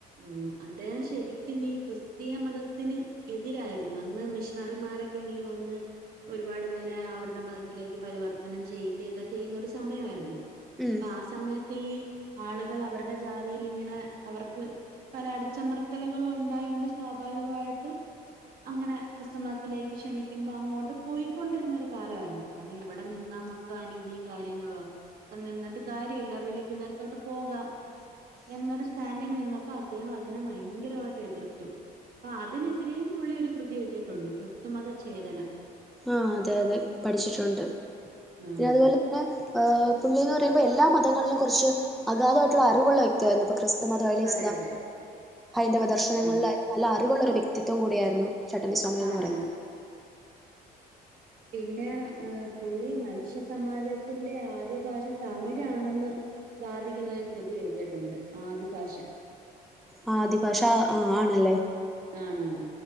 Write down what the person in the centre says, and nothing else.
ഉം
ആ അതെ അതെ പഠിച്ചിട്ടുണ്ട്
പിന്നെ അതുപോലെ തന്നെ പുള്ളി എന്ന് പറയുമ്പോ എല്ലാ മതങ്ങളിലും കുറച്ച് അഗാധമായിട്ടുള്ള അറിവുള്ള വ്യക്തിയായിരുന്നു ഇപ്പൊ ക മതം അല്ല
ഇസ്ലാ
ഹൈന്ദവ ദർശനങ്ങളില
നല്ല അറിവുള്ളൊരു വ്യക്തിത്വം കൂടിയായിരുന്നു ചട്ടമ്പി സ്വാമികൾന്ന്
പറയാ
ആ ആദിഭാഷ ആ ആണല്ലേ